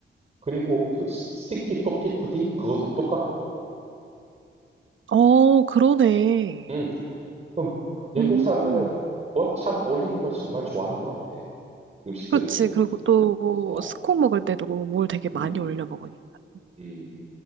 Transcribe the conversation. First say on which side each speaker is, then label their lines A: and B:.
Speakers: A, on the right (about 35°); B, on the right (about 75°).
A: 그리고 그 스 스티키 토피 푸딩 그것도 똑같고.
B: 어, 그러네.
A: 음. 그럼 영국
B: 음,
A: 사람들은 뭘 참 올리는 걸 정말 좋아하는 것 같아. 음식들을
B: 그렇지.
A: 보면.
B: 그리고 또
A: 어.
B: 스콘 먹을 때도 뭘 되게 많이
A: 음.
B: 올려 먹으니까.
A: 음.